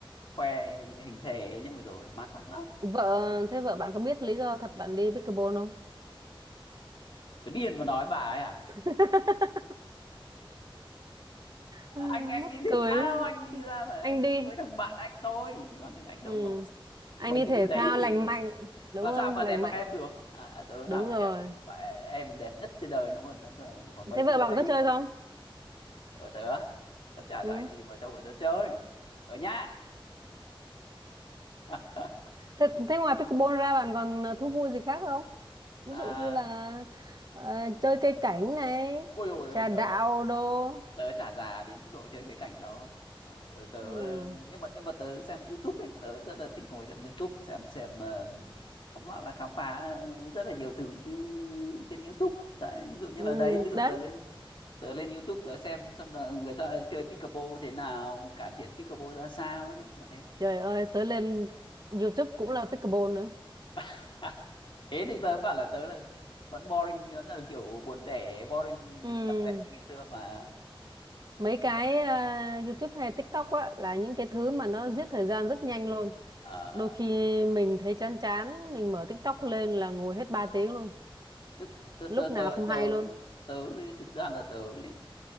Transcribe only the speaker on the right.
vợ thế vợ bạn có biết lý do thật bạn đi pickleball không
<laughs> Ừ,
mắc
cười
quá.
anh đi
<laughs>
ừ.
anh
đi
thể
thao lành
mạnh đúng
không
lành
mạnh
đúng
rồi
thế vợ
bạn
có chơi không
ừ.
thế, thế ngoài pickleball ra bạn còn ờ, thú vui gì khác không ví
dụ như là ờ, chơi cây cảnh này
trà
đạo đồ
ừ.
ừ.
đấy
trời ơi tới lên YouTube cũng là pickleball nữa
ừ.
mấy cái à, YouTube hay TikTok á là những cái thứ mà nó giết thời gian rất nhanh luôn
đôi khi mình thấy chán chán mình mở TikTok lên là ngồi hết 3 tiếng luôn
lúc nào
không
hay luôn